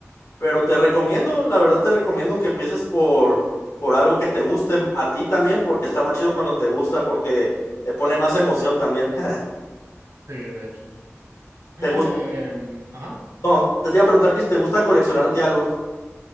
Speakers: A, on the left; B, on the right.
A: Pero te recomiendo, la verdad te recomiendo que empieces por, por algo que te guste a ti también, porque está más chido cuando te gusta, porque le pone más emoción también. <laughs>
B: sí, de hecho. Em,
A: ¿Te gusta?
B: ajá,
A: No, te iba a preguntar que si te gusta coleccionarte algo.